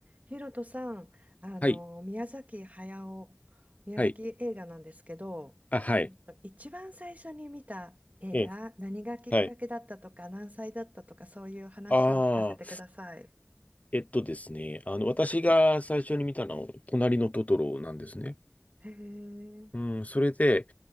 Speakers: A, on the right (about 40°); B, on the left (about 35°).
A: ヒロトさん、あの、
B: はい。
A: 宮崎駿、宮崎映画なんですけど、
B: はい。あ、はい。
A: えっと一番最初に見た映画、
B: ええ、
A: 何がきっかけだったとか、
B: はい。
A: 何歳だったとか、そういう話を聞かせてください。
B: ああ、えっとですね、あの、私が最初に見たのは、隣のトトロなんですね。
A: へえ、
B: うん、それで、